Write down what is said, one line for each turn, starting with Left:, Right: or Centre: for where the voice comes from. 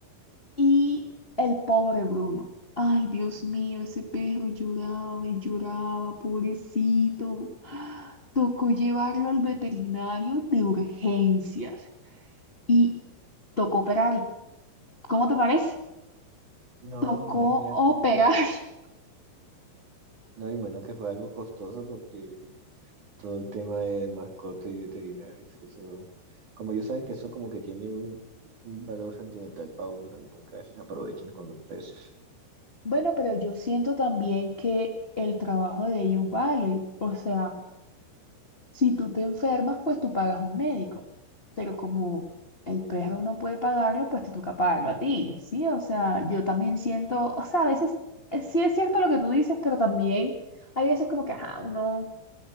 Left: Y el pobre Bruno. Ay, Dios mío, ese perro lloraba y lloraba, pobrecito. Tocó llevarlo al veterinario de urgencias y tocó operarlo. ¿Cómo te parece?
Right: No,
Left: Tocó
Right: imagínate.
Left: operar.
Right: ah.
Left: <laughs>
Right: No, y menos que fue algo costoso porque todo el tema de mascotas y veterinarios, eso, como ellos saben que eso como que tiene un, un valor sentimental para uno también, como que a veces aprovechan con los precios.
Left: Bueno, pero yo siento también que el trabajo de ellos vale. O sea, Si tú te enfermas, pues tú pagas un médico, pero como el perro no puede pagarlo, pues te toca pagarlo a ti, ¿sí? O sea, yo también siento, o sea, a veces eh, sí es cierto lo que tú dices, pero también hay veces como que, ajá, uno,